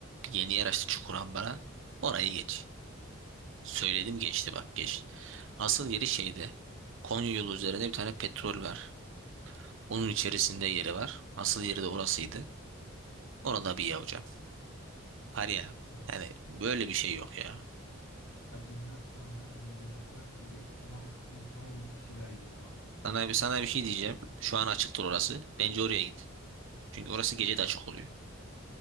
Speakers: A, on the right; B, on the left.
A: Bir yeni yer açtı Çukurambar'a. Orayı geç. Söyledim geçti bak geç. Asıl yeri şeyde. Konya yolu üzerinde bir tane petrol var. Onun içerisinde yeri var. Asıl yeri de orasıydı. Orada bir ye hocam. Var ya.
B: Hı.
A: Yani böyle bir şey yok ya.
B: Acımdan şu anda mideme kramp giriyor. Ben mutfağa gidip bir şeyler yiyeceğim abi.
A: Sana bir, sana bir şey diyeceğim. Şu an açıktır orası. Bence oraya git. Çünkü orası gece de açık oluyor.